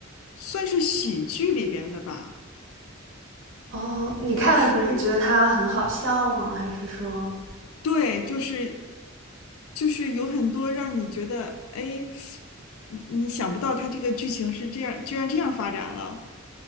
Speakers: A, on the left; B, on the right.
A: 算是喜剧里边的吧，
B: 哦，你看的时候是觉得它很好笑吗？
A: 就是
B: 还是说，
A: 对，就是就是有很多让你觉得，哎，你你想不到它这个剧情是这样，居然这样发展了。